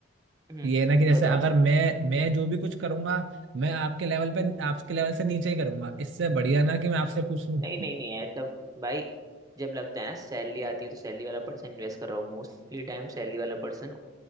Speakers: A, on the right; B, on the right.
A: हम्म
B: ये है ना कि जैसे
A: बताओ
B: अगर मैं मैं जो भी कुछ करूंगा मैं आपके लेवल पे आपके लेवल से नीचे ही करूंगा इससे बढ़िया ना कि मैं आपसे पूछ लूं
A: नहीं नहीं नहीं ऐसा भाई जब लगता है ना सैलरी आती है तो सैलरी वाला पर्सन इन्वेस्ट कर रहा हूँ मोस्टली टाइम सैलरी वाला पर्सन